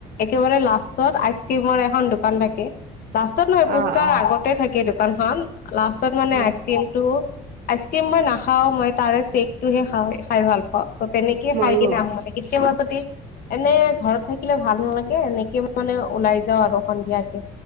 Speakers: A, on the left; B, on the right.
A: একেবাৰে লাষ্টত আইচ। ক্ৰীমৰ এখন দোকান থাকে লাষ্টত নহয়
B: অ
A: পুচকাৰ
B: অ
A: আগতে থাকে দোকানখন। লাষ্টত মানে
B: অ
A: আইচক্ৰীমটো। আইচক্ৰীম মই নাখাওঁ মই তাৰে চেকটোহে খাওঁ খাই ভাল পাওঁ ত' তেনেকে
B: ময়ো
A: খাই কিনে আহো মানে। কেতিয়াবা যদি এনে ঘৰত থাকিলে ভাল নালাগে এনেকে মানে ওলায় যা যাওঁ আৰু সন্ধিয়াকে,